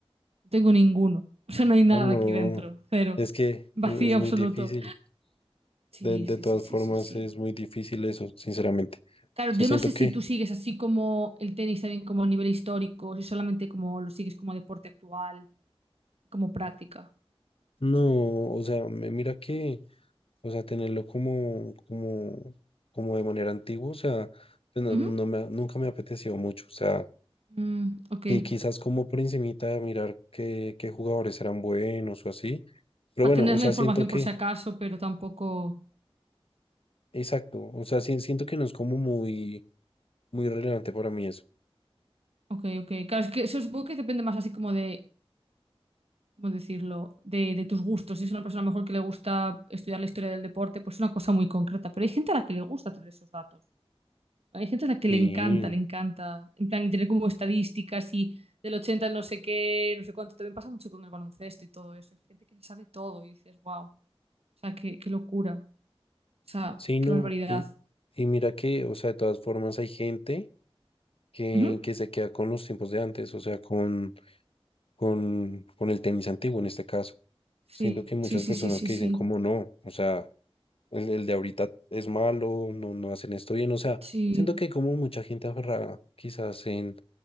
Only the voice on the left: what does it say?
ah, no,
es que
es, es muy
difícil,
de, de
todas
formas
es muy difícil eso, sinceramente, o
sea,
siento
que,
no, o sea, me- mira que... O sea, tenerlo como, como, como de manera antigua, o sea, pues no,
no me, ha- nunca me ha apetecido mucho. O sea,
que quizás como por encimita de mirar qué, qué jugadores eran buenos o así. Pero
bueno,
o sea,
siento que,
exacto, o sea, sí- siento que no es como muy, muy relevante para mí eso.
Sí,
sí, no.
Y, y mira que, o sea, de todas formas hay gente que,
que se queda con los tiempos de antes, o sea, con, con, con el tenis antiguo en este caso.
Siento que hay muchas
personas
que
dicen como no, o sea, el, el de ahorita es malo, no, no hacen esto bien, o sea,
siento que hay como mucha gente aferrada quizás en,